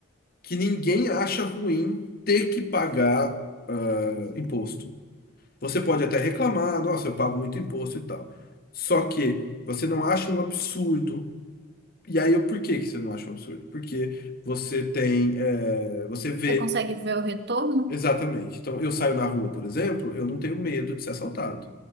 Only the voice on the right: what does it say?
Você consegue ver o retorno?